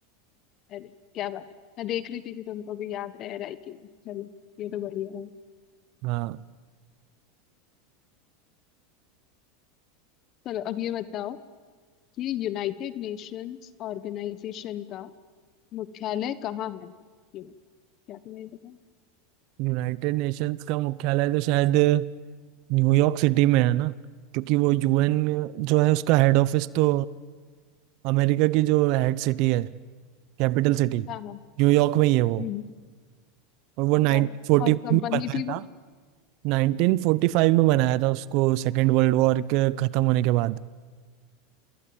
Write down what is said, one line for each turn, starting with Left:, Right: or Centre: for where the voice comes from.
Left: अरे क्या बात है मैं देख रही थी कि तुमको भी याद रह रहा है कि नहीं चलो ये तो बढ़िया है
Right: हाँ
Left: चलो अब ये बताओ कि यूनाइटेड नेशंस ऑर्गेनाइजेशन का मुख्यालय कहाँ है ये बताओ क्या तुम्हें ये पता है?
Right: यूनाइटेड नेशंस का मुख्यालय तो शायद न्यूयॉर्क सिटी में है ना क्योंकि वो यूएन जो है उसका हेड ऑफिस तो अमेरिका की जो हेड सिटी है कैपिटल सिटी
Left: हाँ हाँ
Right: न्यूयॉर्क में ही है वो
Left: हम्म,
Right: और वो 1945
Left: क्या बात और कब
Right: में
Left: बनी
Right: बनाया
Left: थी
Right: था
Left: वो
Right: 1945 में बनाया था उसको सेकेंड वर्ल्ड वॉर के खत्म होने के बाद